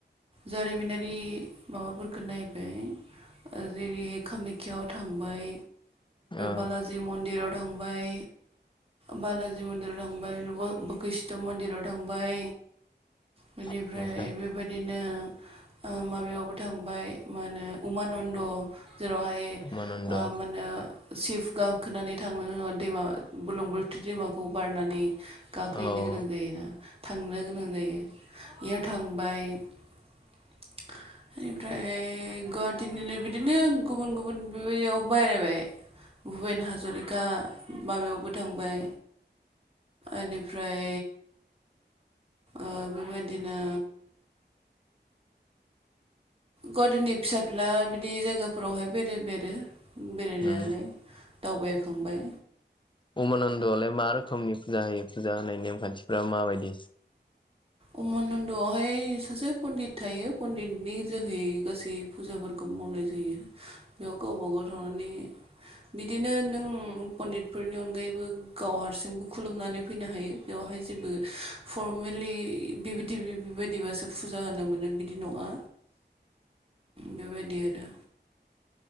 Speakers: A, on the right; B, on the left.
A: जारिमिनारि माबाफोरखौ नायबाय जेरैहाय कामाख्यायाव थांबाय
B: औ
A: बालााजि मन्दिराव थांबाय बालाजि मन्दिराव थांबाय बकिस्थ मन्दिराव थांबाय बेनिफ्राय
B: ओमफ्राय
A: बेबायदिनो ओ माबायावबो थांबाय मा होनो उमानन्द जेरावहाय ओ
B: उमानन्द औ
A: मानो सिफ गाखोनानै थांनो दैमा बुरलुंबुथुर दैमाखौ बारनानै गाखोहैनो
B: औ
A: गोनां जायोना थांनो गोनां जायो इयाव थांबाय इनिफ्राय गुवाहाटीनिनो बिदिनो गुबुन गुबुन बेबायदियाव बेरायबाय भुपेन हाज'रिका माबायावबो थांबाय इनिफ्राय ओ बेबायदिनो गुवाहाटीनि फिसा फेनला बिदि जायगाफोरावहाय बेरायबाय आरो बेरायनायालाय
B: उम
A: दावबायखांबाय
B: उमानन्दआलाय मा रोखोमनि फुजा होयो फुजा होनाय नेमखान्थिफ्रा माबायदि
A: उमानन्दआवहाय सासे पन्डित थायो पन्डितनि जोहै गासै फुजाफोरखौ मावनाय जायो बेयाव गावबा गाव थांनानै बिदिनो नों पन्डितफोरनि अनगायैबो गाव हारसिंबो खुलुमनानै फैनो हायो बेवहाय जेबो फरमेलि बेबायदि बेबायदिबासो फुजा होनो मोनो बिदि नङा बेबायदि आरो